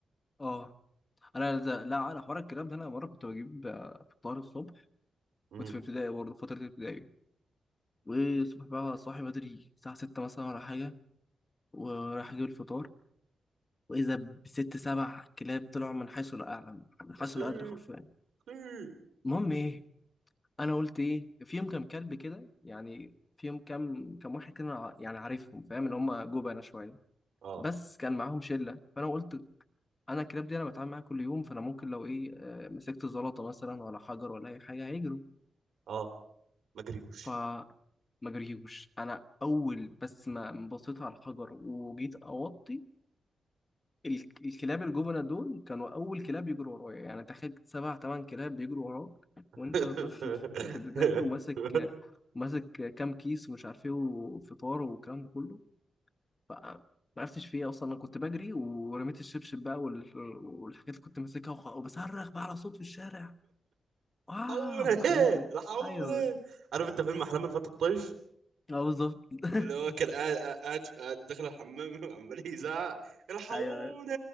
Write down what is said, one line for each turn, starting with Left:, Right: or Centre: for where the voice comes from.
Left: أه أنا ده... لا أنا حوار الكلام ده أنا مرة كنت بجيب آه، فطار الصبح
Right: امم
Left: كنت في ابتدائي برضه فترة ابتدائي والصبح بقى صاحي بدري الساعة ستة مثلا ولا حاجة ورايح أجيب الفطار وإذا بست سبع كلاب طلعوا من حيث لا أعلم من حيث
Right: يا اختي
Left: لا
Right: يا
Left: أدري حرفيا
Right: اختي
Left: المهم إيه انا قلت ايه فيهم كام كلب كده يعني فيهم كام كام واحد كده أنا ع- يعني عارفهم فاهم اللي هم جبنه شويه
Right: اه
Left: بس كان معاهم شله فانا قلت انا الكلاب دي انا بتعامل معاها كل يوم فانا ممكن لو ايه آه، مسكت زلطه مثلا ولا حجر ولا اي حاجه هيجروا
Right: اه ما جريوش
Left: فما جريوش انا اول بس ما بصيت على الحجر وجيت اوطي ال- الكلاب الجبنة دول كانوا أول كلاب يجروا ورايا يعني تخيل سبع تمن كلاب بيجروا وراك
Right: <laughs>
Left: وأنت طفل في في ابتدائي وماسك ماسك كام كيس ومش عارف إيه وفطار والكلام ده كله ف- ما عرفتش في إيه أصلا أنا كنت بجري ورميت الشبشب بقى وال- والحاجات اللي كنت ماسكها وخ- وبصرخ بقى على صوت في الشارع واو
Right: الحقوني
Left: وحاجات كده
Right: الحقوني
Left: أيوه
Right: عارف انت فيلم احلام الفتى الطيش
Left: أه بالظبط <laughs>
Right: اللي هو كان قاعد قاعد قاعد داخل الحمام <laughs> عمال يزعق الحقوني
Left: أيوه أيوه